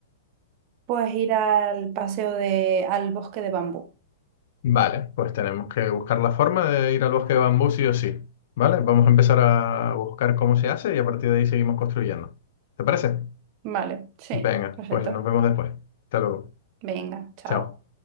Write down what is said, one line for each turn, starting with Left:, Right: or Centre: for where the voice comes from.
Right: Puedes ir al paseo de... al bosque de bambú.
Left: vale, pues tenemos que buscar la forma de ir al bosque de bambú sí o sí. Vale, vamos a empezar a buscar cómo se hace y a partir de ahí seguimos construyendo. ¿Te parece?
Right: Vale, sí,
Left: Venga,
Right: perfecto.
Left: pues nos vemos después. Hasta luego.
Right: Venga, chao.
Left: Chao.